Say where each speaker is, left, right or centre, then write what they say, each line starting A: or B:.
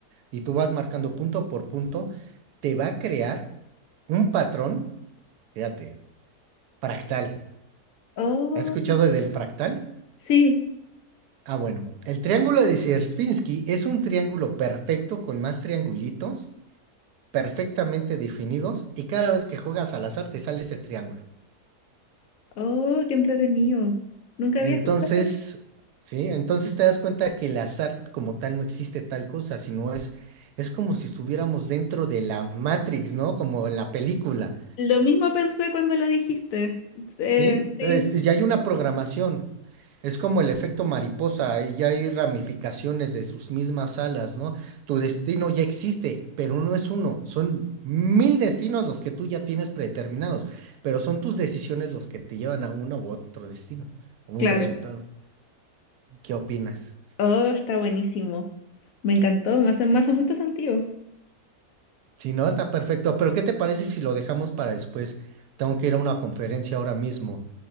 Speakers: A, on the right; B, on the left.
A: y tú vas marcando punto por punto, te va a crear un patrón, fíjate, fractal.
B: Oh,
A: ¿Has escuchado del fractal?
B: sí,
A: Ah, bueno, el triángulo de Sierpinski es un triángulo perfecto con más triangulitos perfectamente definidos y cada vez que juegas al azar te sale ese triángulo.
B: oh, qué entretenido. Nunca
A: Entonces,
B: había escuchado
A: sí, entonces te das cuenta que el azar como tal no existe tal cosa, sino es, es como si estuviéramos dentro de la Matrix, ¿no? Como en la película.
B: Lo mismo pensé cuando lo dijiste. Eh,
A: Sí,
B: sí,
A: es- ya hay una programación. Es como el efecto mariposa, ahí ya hay ramificaciones de sus mismas alas, ¿no? Tu destino ya existe, pero no es uno, son mil destinos los que tú ya tienes predeterminados, pero son tus decisiones los que te llevan a uno u otro destino o
B: claro.
A: un resultado. ¿Qué opinas?
B: Oh, está buenísimo. Me encantó, me hace, me hace mucho sentido.
A: Si no, está perfecto, pero ¿qué te parece si lo dejamos para después? Tengo que ir a una conferencia ahora mismo.